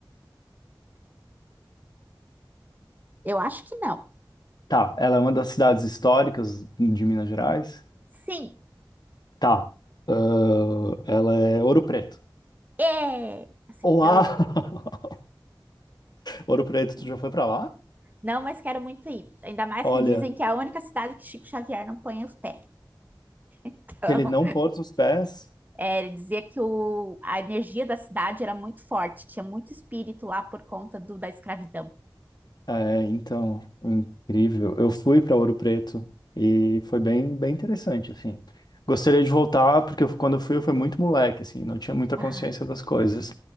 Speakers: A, on the right; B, on the left.
A: Eu acho que não.
B: Tá. Ela é uma das cidades históricas de Minas Gerais?
A: Sim.
B: Tá. Ah, ela é Ouro Preto.
A: É. Acertou.
B: Olá! <laughs> Ouro Preto,
A: É.
B: tu já foi pra lá?
A: Não, mas quero muito ir. Ainda mais
B: Olha,
A: que dizem que é a única cidade que Chico Xavier não põe os pés. Então,
B: que ele não pôs os pés.
A: é, ele dizia que o, a energia da cidade era muito forte, tinha muito espírito lá por conta do, da escravidão.
B: É, então, incrível. Eu fui pra Ouro Preto e foi bem, bem interessante, assim. Gostaria de voltar, porque eu- quando eu fui, eu fui muito moleque, assim, não tinha muita
A: Ah.
B: consciência das coisas.